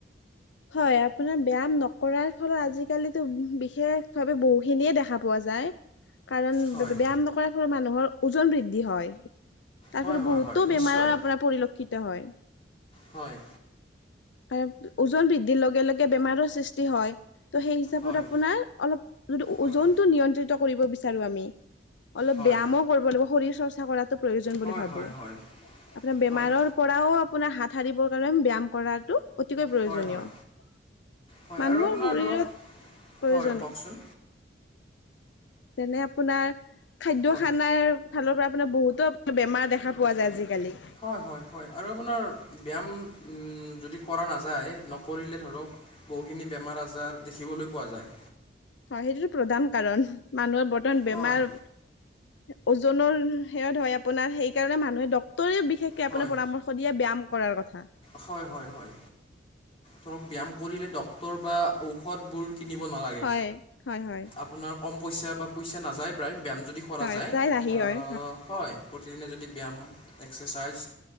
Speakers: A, on the left; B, on the left.
A: হয়, আপোনাৰ ব্যায়াম নকৰাৰ ফলত আজিকালিতো বিশেষ ভাৱে বহুখিনিয়ে দেখা পোৱা যায়। কাৰণ
B: হয়
A: ব্যায়াম নকৰাৰ ফলত মানুহৰ ওজন বৃদ্ধি হয়। তাৰ
B: হয়
A: ফলত
B: হয়
A: বহুতো
B: হয় নিশ্চয়
A: বেমাৰৰ আপোনাৰ পৰিলক্ষিত হয়।
B: হয়।
A: হয় ওজন বৃদ্ধিৰ লগে, লগে বেমাৰৰ সৃষ্টি হয়। ত' সেই হিচাপত
B: হয়
A: আপোনাৰ অলপ
B: হয়
A: ওজনটো নিয়ন্ত্ৰিত কৰিব বিচাৰো আমি। অলপ
B: হয়
A: ব্যায়ামও কৰিব লাগিব শৰীৰ চৰ্চা কৰাতো প্ৰয়োজন
B: হয়
A: বুলি ভাবো
B: হয় হয়
A: আপোনাৰ বেমাৰৰ
B: হয়
A: পৰাও আপোনাৰ হাত সাৰিবৰ কাৰণে ব্যায়াম কৰা অতিকৈ প্ৰয়োজনীয়।
B: হয় হয় হয়
A: মানুহৰ
B: আৰু আপোনাৰ
A: শৰীৰত
B: ধৰক
A: প্ৰয়োজনে।
B: হয় কওকচোন
A: যেনে আপোনাৰ খাদ্য,
B: হয়
A: খানাৰ ফালৰ পৰা আপোনাৰ বহু-ত আপোনাৰ বেমাৰ দেখা পোৱা যায় আজিকালি।
B: হয়, হয়, হয় আৰু আপোনাৰ ব্যায়াম যদি কৰা নাযায় নকৰিলে ধৰক বহুখিনি বেমাৰ আজাৰ দেখিবলৈ পোৱা যায়।
A: হয়, সেইটো প্ৰদান কাৰণ মানুহৰ বৰ্তমান
B: হয়
A: বেমাৰ ওজনৰ হেয়ত হয় আপোনাৰ সেইকাৰণে মানুহে ডক্টৰে বিশেষ কে আপোনাৰ
B: হয়
A: পৰামৰ্শ দিয়ে ব্যায়াম কৰাৰ কথা।
B: হয়, হয়, হয়। ধৰক ব্যায়াম কৰিলে ডক্টৰ বা ঔষধবোৰ কিনিব নালাগে।
A: হয় হয় হয়
B: আপোনাক কম পইচা বা পইচা নাযায় প্ৰায় ব্যায়াম যদি কৰা
A: হয়
B: যায়,
A: প্ৰায়
B: আ
A: ৰাহি হয়
B: হয়। প্ৰতিদিনে যদি ব্যায়াম এক্সেচাইজ